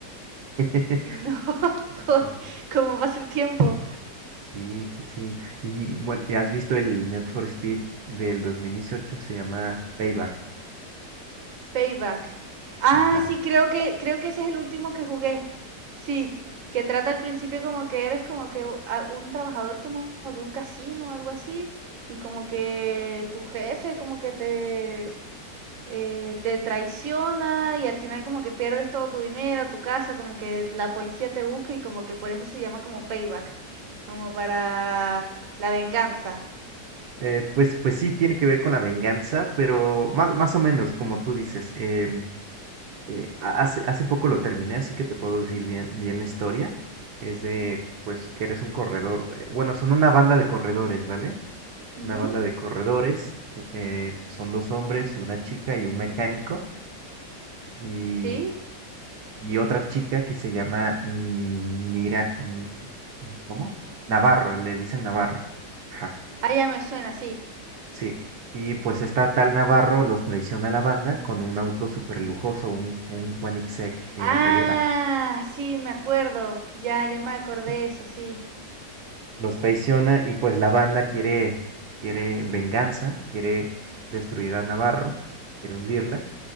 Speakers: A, on the right; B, on the right.
A: <laughs>
B: Y no, <laughs> uy,
A: Híjole.
B: cómo pasa el tiempo.
A: Sí, sí, sí. Y bueno, ¿ya has visto el Need for Speed del 2018? Se llama Payback.
B: Payback. Ah,
A: Ajá.
B: sí, creo que creo que ese es el último que jugué. Sí, que trata al principio como que eres como que u- a- un trabajador que mo- de un casino o algo así, y como que tu jefe como que te eh, te traiciona y al final como que pierdes todo tu dinero, tu casa, como que la policía te busca y como que por eso se llama como payback, como para la venganza.
A: Eh, pues, pues sí, tiene que ver con la venganza, pero más, más o menos, como tú dices. em, Eh, ha- hace, hace poco lo terminé, así que te puedo decir bien, bien la historia. Es de, pues, eres un corredor. eh, Bueno, son una banda de corredores, ¿vale?
B: Ujú,
A: Una banda de corredores. eh, son dos hombres y una chica y un mecánico y,
B: Sí,
A: y otra chica que se llama mm, Nira, Ni- ¿cómo? Navarro, le dicen Navarro. Ajá,
B: ah, ya me suena, sí.
A: sí. Y pues esta tal Navarro los traiciona a la banda con un auto súper lujoso, un, un Koenigsegg eh,
B: Ah,
A: Reguera.
B: sí, me acuerdo. Ya, ya me acordé eso, sí.
A: los traiciona y pues la banda quiere, quiere venganza, quiere destruir a Navarro, quiere hundirla.